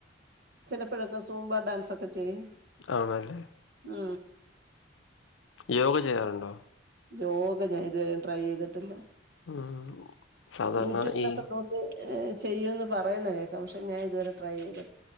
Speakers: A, on the right; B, on the left.
A: ചിലപ്പോഴൊക്കെ സൂംബാ ഡാൻസ്സൊക്കെ ചെയ്യും
B: ആണല്ലേ
A: മ്
B: യോഗ ചെയ്യാറുണ്ടോ
A: യോഗ ഞാൻ ഇതുവരെയും ട്രൈ ചെയ് ട്ടില്ല
B: ഉം സാധാരണ
A: യുറ്റൂബിലൊക്കെ
B: ഈ
A: നോക്കി ഹേ ചെയ്യുമ്ന്ന് പറയുന്ന കേൾക്കാം പക്ഷെ ഞാൻ ഇതുവരെ ട്രൈ ചെയ്ത്